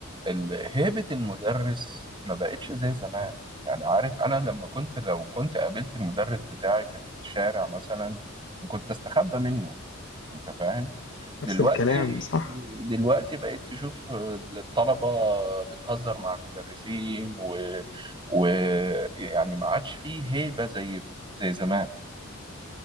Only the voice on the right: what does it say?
ال- هيبة المدرس ما بقتش زي زمان يعني عارف أنا لما كنت لو كنت قابلت المدرس بتاعي في الشارع مثلا كنت بستخبى منه أنت فاهم دلوقتي
دلوقتي بقيت تشوف الطلبة بتهزر مع المدرسين و ويعني ما عادش فيه هيبة زي زي زمان